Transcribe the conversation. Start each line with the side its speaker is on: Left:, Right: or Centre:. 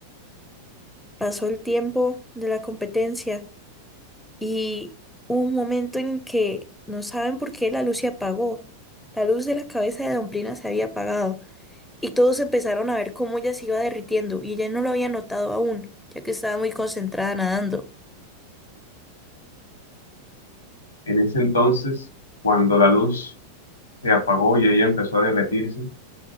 Centre: Pasó el tiempo de la competencia. y hubo un momento en el que no saben por qué la luz se apagó. La luz de la cabeza de domplina se había apagado y todos empezaron a ver cómo ella se iba derritiendo y ella no lo había notado aún, ya que estaba muy concentrada nadando.
Left: En ese entonces, cuando la luz se apagó y ella empezó a derretirse,